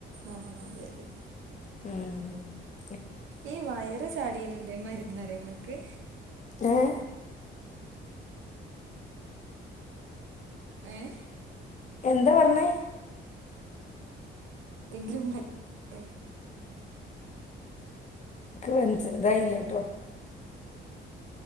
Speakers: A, on the right (about 75°); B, on the left (about 35°).
A: ആഹ് അതെ അതെ
B: ആഹ്
A: ഈ വയറ് ചാടിയൻ എന്തെ മരുന്ന് അറിയോ നിങ്ങ ക്ക്
B: ഏഹ്
A: ഏഹ്
B: എന്താ പറഞ്ഞത്
A: എങ്കിലും <unintelligible>
B: ൻക്ക്‌ മനസ്സ് ഇതായില്ലട്ടോ